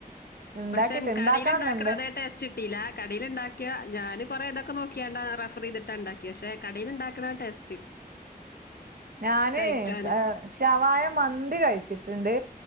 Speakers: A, on the right; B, on the left.
A: ഇണ്ടാക്കിട്ട്
B: പക്ഷെ
A: ഇണ്ടാക്കണംന്നുണ്ട്
B: കടേൽണ്ടാക്ക്ണ അതേ ടേസ്റ്റ് കിട്ടീല്ല കടേൽ ഉണ്ടാ ക്കിയ ഞാന് കൊറേ ഇതൊക്കെ നോക്കിയാണ്ടാ റഫർ ചെയ്തിട്ടാ ഇണ്ടാക്കിയേ പക്ഷെ കടേൽണ്ടാക്ക്ണ ടേസ്റ്റ്
A: ഞാന്
B: കഴിക്കാന്
A: ഏഹ് ശവായ മന്തി കഴിച്ചിട്ട്ണ്ട്